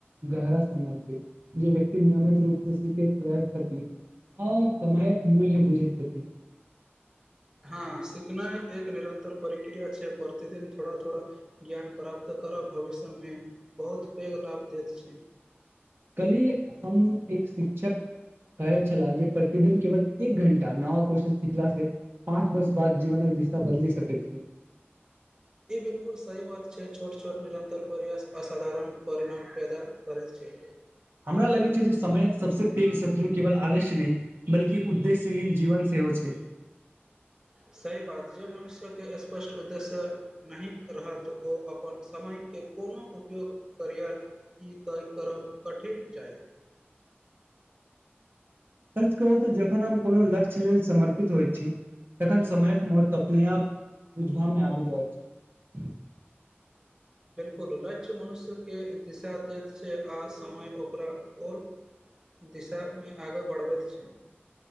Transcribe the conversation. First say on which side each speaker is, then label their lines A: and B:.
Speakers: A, on the right; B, on the right.
A: गहरा समान छै जे व्यक्ति नियमित रूपसे सिखैक प्रयास छथि हंऽ समयक मूल्य बुझैत छथिन।
B: हँ सिखनाय एक निरन्तर प्रक्रिया छैय प्रतिदिन थोड़ा - थोड़ा ज्ञान प्राप्त। तऽ करब भविष्यमे बहुत पेघ लाभ देत छै
A: कल्हि हम्म एक शिक्षक। कहैत छला जे प्रतिदिन केवल एक घण्टा नव क्वेश्चन सिखला से पाँच वर्ष बाद जीवने। दिशा बदलि सकैत छै
B: ई बिल्कुल सही बात छै छोट - छोट निरंतर प्रयास असाधारण परिणाम। पैदा करैत छै
A: हमरा लगैत छै जे समयक सबसँ पैघ शत्रु केवल आलस्य नहि बल्कि उद्देश्यहीन जीवन से। केयो छै।
B: सय बात जे मनुष्यके स्पष्ट उद्देश्य नहि रहत ओ अपन स। समयके कोनो उपयोग करियर ई तय करब कठिन जायत।
A: <inaudible> सच कहू तऽ जखन हम कोनो लक्ष्य लेल समर्पित होइत छी। तखन समयक महत्व अपने आप बुझबामे आबि जाइत छै। <inaudible>
B: बिलकुल लक्ष्य मनुष्यके दिशा देैत छै आ समय ओकरा। ओर दिशामे आगाँ बढ़बैत छै।